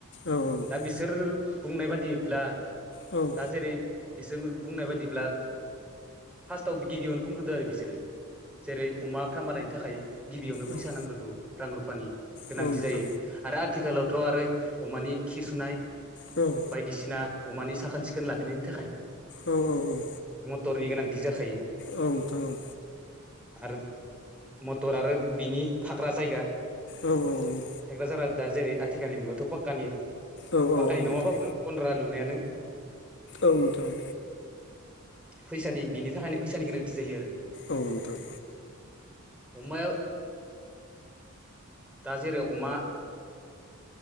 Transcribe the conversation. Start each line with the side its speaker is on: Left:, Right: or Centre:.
Left: औ नोंथां
Centre: दा बिसोर बुंनाय बादिब्ला।
Left: औ
Centre: दा जेरै बिसोर बुंनाय बायदिब्ला फार्स्टआव गिबियावनो बुंग्रोदो आरो बिसोरो जेरै अमा फार्म बानायनो थाखाय गिबियावनो फैसा
Left: औ औ
Centre: नांग्रोगौ रां रुफानि गोनांथि
Left: औ नोंथां
Centre: जायो आरो आथिखालावथ थ' आरो अमानि खि सुनाय
Left: औ
Centre: बायदिसिना अमानि साखोन सिखोन लाखिनायनि थाखाय
Left: औ औ औ।
Centre: टरनि गोनांथि जाखायो।
Left: औ नोंथां औ
Centre: आरो मटर आरो बिनि थाग्रा जायगा
Left: औ औ औ।
Centre: थायग्रा जारा दा जेरै आथिखालनि मुगायावाथ' पाक्कानि
Left: औ औ
Centre: पाखकानि
Left: नोंथां
Centre: नङाबाबो गन्द्रा लुनायानो।
Left: औ नोंथां।
Centre: फैसानि बिनि थाखायनो फैसानि गोनांथि जायो आरो।
Left: औ नोंथां।
Centre: अमाया दा जेरै अमा